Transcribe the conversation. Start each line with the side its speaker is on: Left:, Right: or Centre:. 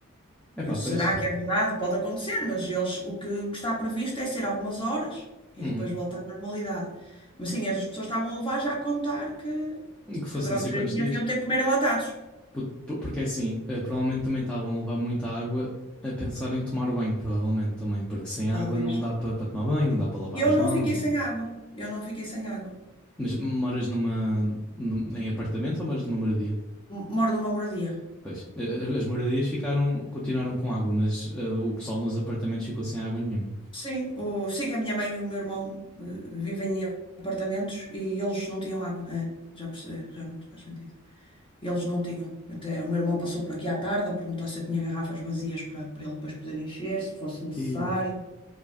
Centre: Epá,
Left: E eu, será
Centre: pois.
Left: que é verdade? Pode acontecer, mas eles, o que, o que está previsto é ser algumas horas e
Centre: Uhum.
Left: depois voltar à normalidade. Mas sim, as pessoas estavam a levar já a contar que,
Centre: Que fosse
Left: que durante
Centre: não sei
Left: três
Centre: quantos
Left: dias
Centre: dias.
Left: iam ter que comer enlatados.
Centre: Po- po- Porque é assim, eh, provavelmente também estavam a levar muita água a pensar em tomar banho, provavelmente também. Porque sem água
Left: Talvez.
Centre: não dá para tomar banho,
Left: Sim.
Centre: não dá para lavar
Left: E eu
Centre: as
Left: não
Centre: mãos,
Left: fiquei
Centre: não.
Left: sem água. Eu não fiquei sem água.
Centre: Mas moras numa, num- em apartamento ou moras numa moradia?
Left: M- Moro numa moradia.
Centre: Pois. Eh, eh, As moradias ficaram, continuaram com água, mas eh, o pessoal nos apartamentos ficou sem água nenhuma.
Left: Sim, o, sim, a minha mãe e o meu irmão eh, vivem em apartamentos e eles não tinham água. É, já percebi, realmente faz sentido. E Eles não tinham. Até o meu irmão passou por aqui à tarde a perguntar se eu tinha garrafas vazias para, para ele depois poder encher, se fosse necessário.
Centre: E,